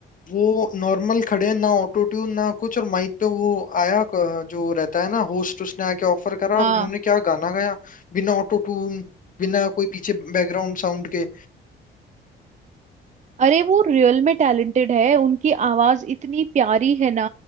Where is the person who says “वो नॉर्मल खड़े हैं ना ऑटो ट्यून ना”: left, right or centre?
Left